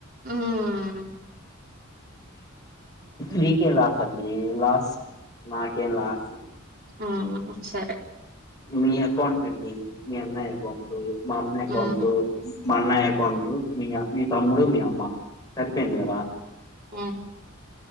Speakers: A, on the right; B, on the left.
A: మ్మ్
B: మీకే లాసండి వాస్ మాకేం లాస్
A: ఆ ఆ సరే
B: మీ అకౌంట్ అండి మీ అమ్మాయి అకౌంటు మ అమ్మ ఎకౌంట్
A: హ్మ్
B: మా అన్నయ్య అకౌంట్ మీ మీ తమ్ముడు మీ అమ్మ సరిపోయింది కదా
A: హ్మ్